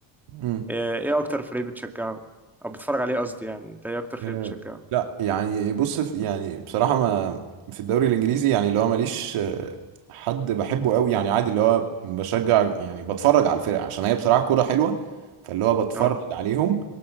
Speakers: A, on the right (about 80°); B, in the centre.
A: مم.
B: ايه إيه اكتر فريق بتشجعه او بتتفرج عليه قصدي يعني انت ايه اكتر فريق
A: آه،
B: بتشجعه
A: لا يعني بص ف- يعني بصراحه ما في الدوري الانجليزي يعني اللي هو ماليش آه، حد بحبه قوي يعني عادي اللي هو بشجع يعني بتفرج على الفرق عشان هي بصراحه كوره حلوه فاللي هو بتفرج
B: اه
A: عليهم